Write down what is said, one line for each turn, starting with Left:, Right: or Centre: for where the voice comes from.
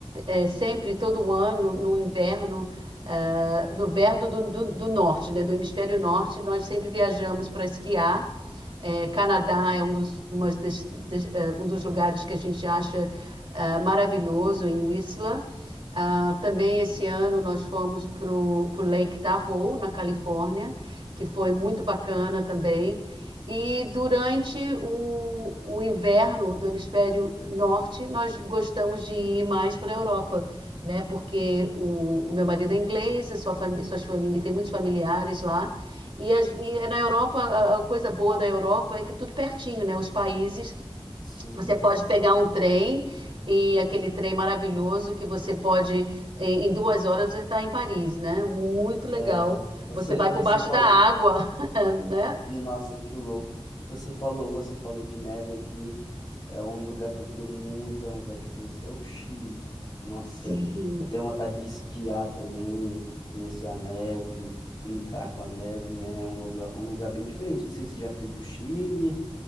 Right: eh, sempre todo ano no inverno ah, no verão do, do, do norte, né, do hemisfério norte, nós sempre viajamos para esquiar é, Canadá é um dos, uma das, das, uh, um dos lugares que a gente acha uh, maravilhoso, em Whistler. Ah, também esse ano nós fomos para o Lake Tahoe, na Califórnia, que foi muito bacana também. E durante o, o inverno do hemisfério norte, nós gostamos de ir mais para a Europa, né? Porque o, o meu marido é inglês, a sua família, suas famí- tem muitos familiares lá. E, as- e na Europa, a a coisa boa da Europa é que tudo pertinho, né? Os países
Left: sim.
Right: você pode pegar um trem e aquele trem maravilhoso que você pode, em em duas horas, você está em Paris, né? Muito legal.
Left: É, você
Right: Você vai
Left: você
Right: por baixo
Left: falou
Right: da água, <laughs> né?
Left: Nossa, que louco. Você falou, você falou de neve aqui. É um lugar que eu tenho muita vontade de conhecer, é o Chile. Nossa,
Right: Sim.
Left: eu tenho vontade de esquiar também, conhecer a neve, brincar com a neve, né? É um lugar, um lugar bem diferente. Não sei se já fui pro Chile,